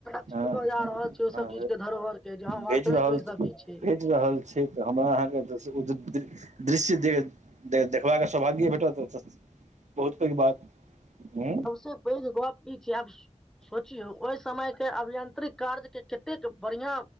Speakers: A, in the centre; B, on the right.
A: <unintelligible>
B: हँ
A: जा रहल छी ओ
B: हँ
A: सब चीज के धरोहर के जे हँ वास्तविक
B: भेज रहल
A: मे ई सब चीज छै
B: भेज रहल छै तऽ हमरा अहाँके <unintelligible> दृश्य देखबाक सौभाग्य भेटत बहुत पैघ बात हूँ
A: सबसे पैघ गप ई छै आब सोचियौ ओय समयके अभियंत्रिक कार्यके कतेक बढ़िआँ